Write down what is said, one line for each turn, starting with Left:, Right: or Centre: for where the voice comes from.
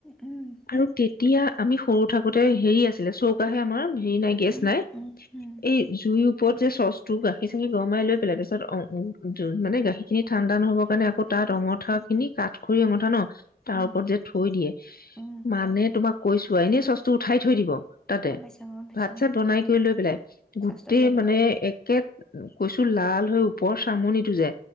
Centre: উম
Left: আৰু তেতিয়া আমি সৰু থাক গোতে হেৰি আছিলে চ আমাৰ <unintelligible> হেৰি নাই গেছ
Centre: উম
Left: নাই।
Centre: উম উম
Left: এই জুইৰ ওপৰত যে চচ টোৰ গাখীৰ <unintelligible> গৰমাই লৈ পেলাই তাছত অ উ মানে গাখিৰখিনি ঠান দান হ'বৰ কাৰণে আকৌ
Centre: উম
Left: তাতঙঠা খিনি কাঠ খৰি
Centre: উম
Left: অঙঠা ন তাৰ
Centre: উম উম
Left: ওপৰত যে থৈ দিয়ে।
Centre: উম
Left: মানে তোমাক কৈছো এনে চচটো উঠাই থৈ দিব। তাতে
Centre: গম পাইছো গম পাইছো
Left: ভাত চাত বনাই
Centre: উম
Left: কৰি লৈ পেলাই গোটেই
Centre: চচটো থৈ দিওঁ
Left: মানে একে কৈছো লাল হৈ ওপৰ চামনিটো যে।